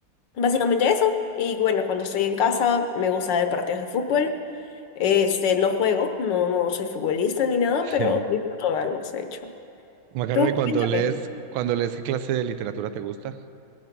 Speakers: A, on the left; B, on the right.
A: básicamente eso. Y bueno, cuando estoy en casa me gusta ver partidos de fútbol, este, no juego, no, no soy futbolista ni nada,
B: <laughs>
A: pero disfruto verlos, de hecho.
B: Macarena,
A: Tú,
B: ¿y cuando
A: cuéntame.
B: lees, cuando lees qué clase de literatura te gusta?